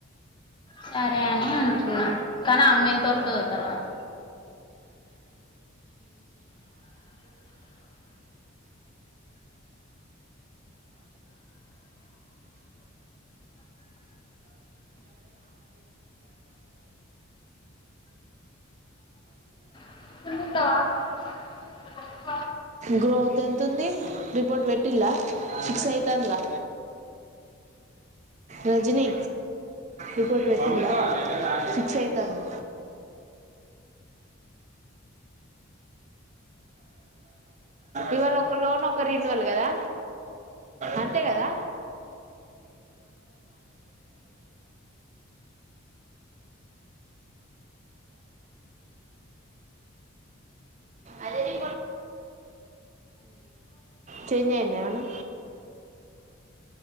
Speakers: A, on the left (about 20°); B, on the right (about 35°).
A: సరే అని అనుకున్నా కానీ అమ్మ ఎంత ఒర్రుతాదో తర్వాత <unintelligible>
B: గ్రోత్ ఎంతుంది రిపోర్ట్ పెట్టిలా సిక్స్ అయితాందిగా రజనీ రిపోర్ట్ వచ్చిందా సిక్స్ అయితంది ఇవాళ ఒక లోన్ ఒక రిన్ వల్ కదా అంతే కదా అదే చెంజ్ అయ్యిందా ఎమన్నా